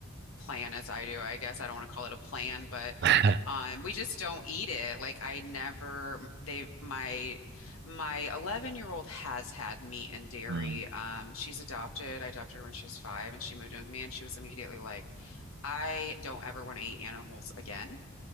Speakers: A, on the left; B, on the right.
A: Plan as I do, I guess. I don't want to call it a plan, but
B: hmm
A: um, we just don't eat it. Like I never they my my 11 year old has had meat and
B: <laughs>
A: dairy.
B: Mm.
A: Um, she's adopted. I adopted her when she was five and she moved in with me and she was immediately like, I don't ever want to eat animals again.